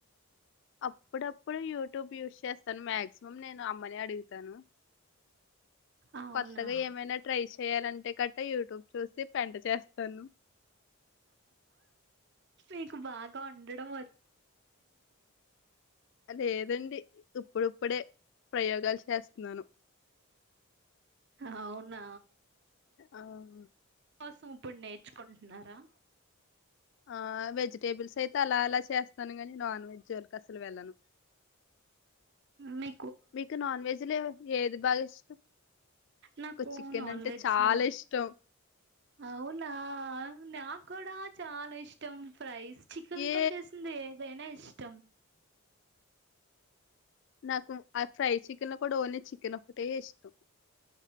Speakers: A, on the left; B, on the right.
A: అప్పుడప్పుడు యూట్యూబ్ యూస్ చేస్తాను మాక్సిమం నేను అమ్మనే అడుగుతాను
B: అవునా
A: కొత్తగా ఏమైనా ట్రై చేయాలంటే గట్టా యూట్యూబ్ చూసి పెంట చేస్తాను
B: మీకు బాగా ఉండడం వ
A: లేదండి ఇప్పుడుప్పుడే ప్రయోగాలు చేస్తున్నాను
B: అవునా
A: అవును
B: కోసం ఇప్పుడు నేర్చుకుంటున్నారా
A: ఆ వెజిటేబుల్స్ అయితే అలా అలా చేస్తాను గాని నాన్ వెజ్ వాళ్ళకి అసలు వెళ్ళను
B: మీ
A: మీకు నాన్ వెజ్లు ఏది బాగా ఇష్టం
B: నాకు
A: చికెన్
B: నాన్
A: అంటే
B: వెజ్
A: చాలా
B: లో
A: ఇష్టం
B: అవునా నాకు కూడా చాలా ఇష్టం ఫ్రైస్ చికెన్
A: ఏ
B: తో చేసింది ఏదైనా ఇష్టం
A: నాకు ఆ ఫ్రై చికెన్ లో కూడా ఓన్లీ చికన్ ఒకక్కటే ఇష్టం